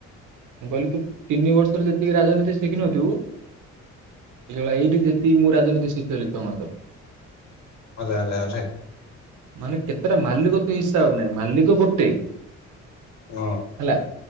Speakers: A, on the right (about 85°); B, on the left (about 60°).
A: ମୁଁ କହିଲି ତୁ ତିନି ବର୍ଷରେ ଯେତିକି ରାଜନୀତି ଶିଖିନଥିବୁ ଏ ଭାଇ ଏଇଠି ଯେ ତି ମୁଁ ରାଜନୀତି ଶିଖିଅଲି ଛଅ ମାସ।
B: ଆରେ ଆରେ ଆରେ
A: ମାନେ କେତେଟା ମାଲିକ ତେଇସ୍ ତା ଆଉ ନାହିଁ ମାଲିକ ଗୋଟେ।
B: ହଁ।
A: ହେଲା